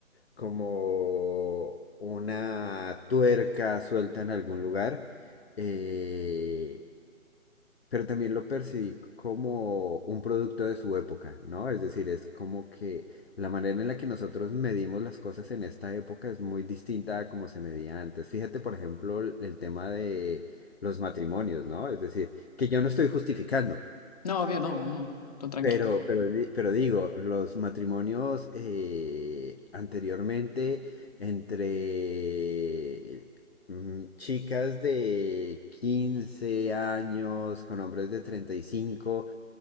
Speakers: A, on the left; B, on the left.
A: Como una tuerca suelta en algún lugar. eh, pero también lo percibí como un producto de su época, ¿no? Es decir, es como que la manera en la que nosotros medimos las cosas en esta época es muy distinta a como se medía antes. Fíjate, por ejemplo, el el tema de los matrimonios, ¿no? Es decir, que yo no estoy justificando,
B: No, obvio, no, no, no, tranqui.
A: pero, pero, di- pero digo, los matrimonios eh, anteriormente entre mm, chicas de 15 años con hombres de treinta y cinco